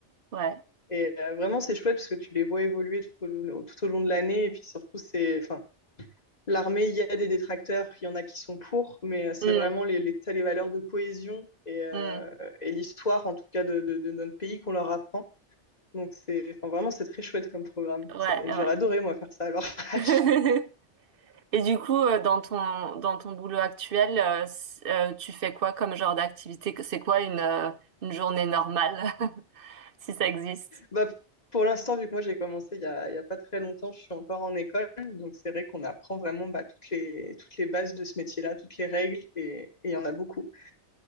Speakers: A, on the right (about 55°); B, on the left (about 35°).
A: ouais.
B: Et euh, vraiment, c'est chouette parce que tu les vois évoluer tout au, long- tout au long de l'année. Et puis surtout, c'est, enfin, l'armée, il y a des détracteurs, il y en a qui sont pour, mais euh, c'est
A: Hmm,
B: vraiment les, les, ça, les valeurs de cohésion et, euh,
A: hmm,
B: et l'histoire, en tout cas, de, de, de notre pays qu'on leur apprend. Donc, c'est, enfin, vraiment, c'est très chouette comme programme.
A: ouais,
B: C'est-
A: ouais.
B: J'aurais adoré, moi, faire ça à leur <laughs> âge.
A: <laughs> Et du coup, euh, dans ton dans ton boulot actuel, euh, s- euh, tu fais quoi comme genre d'activité? C'est quoi une euh, une journée normale, <laughs> si ça existe?
B: Bah, pour l'instant, vu que moi, j'ai commencé il y a, il y a pas très longtemps, je suis encore en école. Donc, c'est vrai qu'on apprend vraiment bah, toutes les, toutes les bases de ce métier-là, toutes les règles, et et il y en a beaucoup.